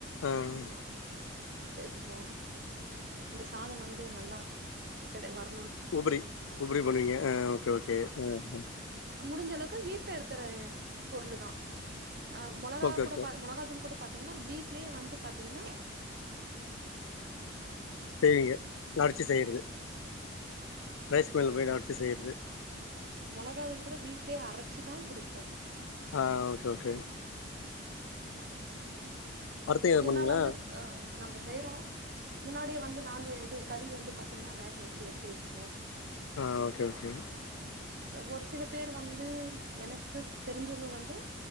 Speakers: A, on the left; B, on the right.
A: ம்
B: சேர்த்துப்போம் அந்த சாதோம் வந்து நல்லா ரெண்டு
A: உபரி உபரி போண்ணீங்க ம் ஓகே ஓகே ம் ம்
B: முடிஞ்சளவுக்கு வீட்டுலருக்கிற பொருளு தான் ஆ மொளகா
A: ஓகே
B: குட
A: ஓகே
B: மிளகாதுனு கூட பாத்தீங்ன்னா வீட்லயே வந்து பாத்தீங்ன்னா
A: செரிங்க அடிச்சு செய்யறது ரைஸ் மில் போய்டு அரைச்சி செய்றது
B: மொளகாதுங்கூட வீட்லயே அரச்சிதான் கொடுப்போம்
A: ஆ ஓகே ஓகே அடுத்து எது
B: ஏன்னா
A: பண்ணீங்களா
B: வந்து அஹ நம்ம செய்றோம். முன்னாடியே வந்து நான் இது கறி வந்து பாத்தீங்கன்னா வேக வச்சு எடுத்து வச்சுப்போம்.
A: ஆ ஓகே ஓகே
B: ஒரு சில பேர் வந்து எனக்கு தெரிஞ்சவங்க வந்து